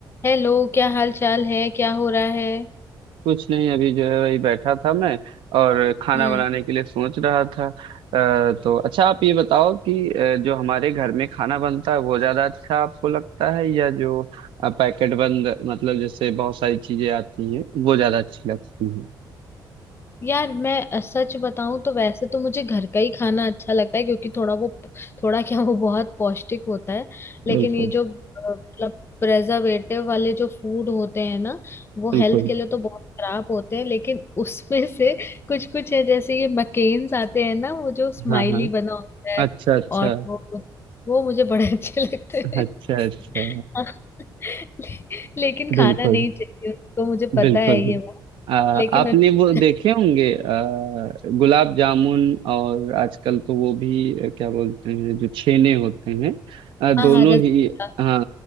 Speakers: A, on the left; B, on the right.
A: Hello क्या हाल चाल है क्या हो रहा है
B: कुछ नहीं अभी जो है वही बैठा था मैं और खाना
A: हम्म
B: बनाने के लिए सोच रहा था अ, तो अच्छा आप ये बताओ कि अ, जो हमारे घर में खाना बनता है वो ज्यादा अच्छा आपको लगता है या जो अ, पैकेट बंद मतलब जैसे बहुत सारी चीजें आती हैं वो ज्यादा अच्छी लगती हैं
A: यार मैं अ, सच बताऊं तो वैसे तो मुझे घर का ही खाना अच्छा लगता है क्योंकि थोड़ा वो थोड़ा क्या वो बहुत पौष्टिक होता है लेकिन
B: बिल्कुल
A: ये जो अ, मतलब प्रेजर्वेटिव वाले जो फूड होते हैं ना वो
B: बिल्कुल
A: हेल्थ के लिए तो बहुत खराब होते हैं लेकिन <laughs> उसमें से कुछ कुछ है जैसे ये मकेन्स आते हैं ना वो जो स्माइली
B: हाँ हाँ
A: बना होता है
B: अच्छा अच्छा
A: और वो वो मुझे बड़े अच्छे <laughs> लगते
B: अच्छा अच्छा
A: <laughs> लेकिन खाना
B: बिल्कुल
A: नहीं चाहिए उसको मुझे पता
B: बिल्कुल
A: है
B: बिल्कुल।
A: ये बात
B: आ,
A: लेकिन
B: आपने
A: अच्छा-
B: वो देखे होंगे आ, गुलाब जामुन और आजकल तो वो भी आ, क्या बोलते हैं जो छेने होते हैं आ, दोनों
A: हाँ हाँ रसगुल्ला
B: ही हाँ